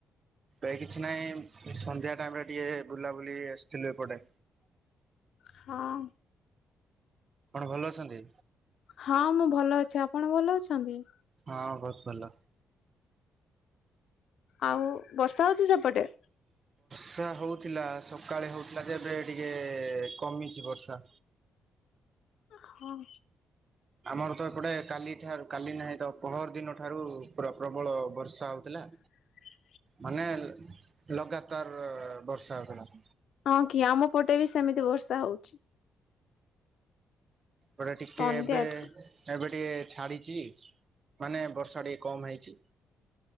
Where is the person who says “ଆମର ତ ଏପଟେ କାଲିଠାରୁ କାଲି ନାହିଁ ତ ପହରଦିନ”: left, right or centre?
Right